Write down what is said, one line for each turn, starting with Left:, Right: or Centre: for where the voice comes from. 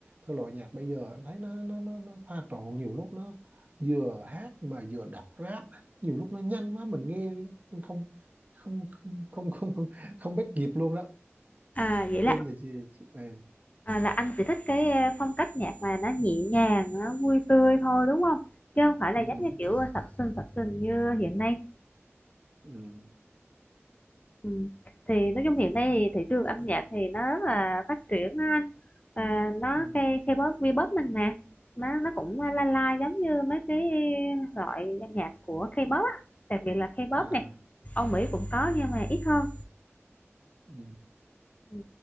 Right: thể loại nhạc bây giờ em thấy nó nó nó, nó pha trộn nhiều lúc nó vừa hát mà vừa đọc rap nhiều lúc nó nhanh quá mình nghe mình không không không không không không, không bắt kịp luôn đó
Left: À vậy là
Right: em thì chị, chị ờ,
Left: À, là anh chỉ thích cái ờ, phong cách nhạc mà nó nhẹ nhàng, nó vui tươi thôi đúng không? Chứ không phải
Right: ừ,
Left: là giống như kiểu ờ, sập sình sập sình như hiện nay.
Right: ừ,
Left: Ừ. Thì nói chung hiện nay
Right: ừ,
Left: thì thị trường âm nhạc thì nó rất là phát triển á anh. À, nó
Right: ừ,
Left: cái K-pop, V-pop mình nè, nó nó cũng ờ, la la giống như mấy cái loại nhạc của K-pop á, đặc biệt là K-pop
Right: à
Left: nè. Âu Mỹ cũng có nhưng mà ít hơn.
Right: ừ.
Left: Ừ.